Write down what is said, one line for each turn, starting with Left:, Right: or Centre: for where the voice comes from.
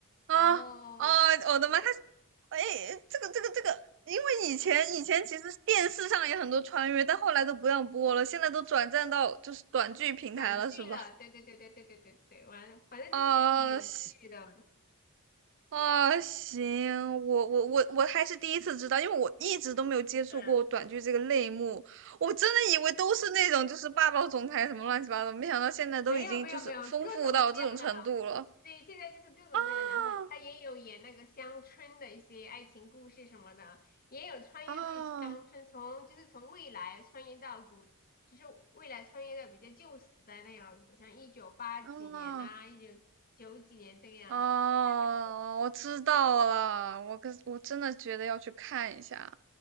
Right: 啊哦，
Left: 然后就是
Right: 我的妈！他，哎，这个这个这个，因为以前以前其实电视上也很多穿越，但后来都不让播了，现在都转战到就是短剧平台了，
Left: 短剧了，
Right: 是吧？
Left: 对对对对对对对对，完了，反正就是挺有趣的，
Right: 啊，行啊，行，我我我我还是第一次知道，因为我一直都没有接触过短剧这个类目，
Left: 嗯，
Right: 我真的以为都是那种就是霸道总裁什么乱七八糟，没想到现在都已经就是丰富到这种程度了
Left: 没有没有没有，各种各样的了，对，现在就是各种各样，
Right: 啊
Left: 然后他也有演那个乡村的一些爱情故事什么的，也有穿越剧乡村，
Right: 啊
Left: 从就是从未来穿越到古，就是未来穿越到比较旧时代那样子，像一九八几年呐、
Right: 啊！
Left: 一九九几年这个样子。
Right: 哦，
Left: 太棒了
Right: 我知道了，我跟我真的觉得要去看一下。